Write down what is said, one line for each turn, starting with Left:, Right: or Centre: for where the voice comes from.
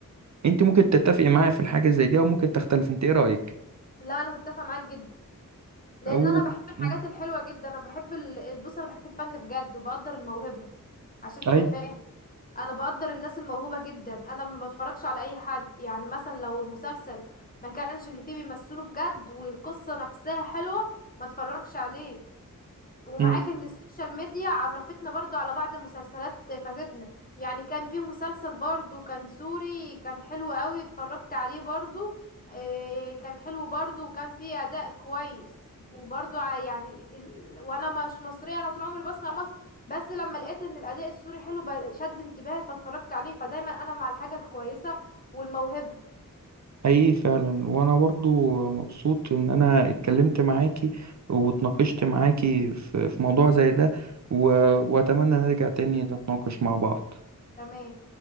Right: أنت ممكن تتفقي معايا في الحاجة زي دي أو ممكن تختلف أنت إيه رأيك؟
Left: لا انا متفق معاك جدا لان
Right: أو
Left: انا بحب الحاجات
Right: مم.
Left: الحلوه جدا انا بحب ال... ال- بص انا بحب الفن بجد وبقدر الموهبه عشان
Right: أي
Left: تبقى فاهم انا بقدر الناس الموهوبه جدا انا ما بتفرجش على اي حد يعني مثلا لو المسلسل ما كانش اللي فيه بيمثله بجد والقصه نفسها حلوه ما اتفرجش عليه ومعاك
Right: مم.
Left: ان السوشيال ميديا عرفتنا برضو على بعض مسلسلات فاتتنا يعني كان في مسلسل برضو كان سوري كان حلو قوي اتفرجت عليه برضو إيه كان حلو برضو وكان فيه اداء كويس وبرضو ع- يعني ال... وانا مش مصرية انا طول عمري بسمع مصر بس لما لقيت ان الاداء السوري حلو ب- شد انتباهي فاتفرجت عليه فدايما انا مع الحاجة الكويسة والموهبة
Right: حقيقي فعلا وأنا برضو مبسوط إن أنا اتكلمت معاكي واتناقشت معاكي في في موضوع زي ده و... وأتمنى نرجع تاني نتناقش مع بعض
Left: تمام